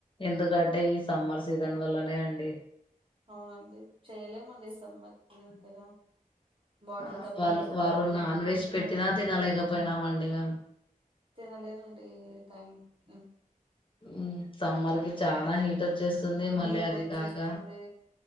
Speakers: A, on the left; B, on the right.
A: ఎందుకంటే ఈ సమ్మర్ సీజన్ వల్లనే అండి.
B: అవునండి చేయలేమండి సమ్మర్ కీ అంతగా బాటర్
A: ఆ!
B: దబి
A: వాళ్ళు
B: లేస్తుంటది
A: వారు నాన్
B: ఇరిటేషన్
A: వెజ్ పెట్టినా
B: వస్తుంటది
A: తినలేకపోయినామండి మేము.
B: తినలేదండి ఈ టైం ఉ
A: మ్మ్ సమ్మర్ కి చాలా హీట్ వచ్చేస్తుంది మళ్ళీ
B: హీట్
A: అది
B: వచ్చేస్తుంది
A: కాక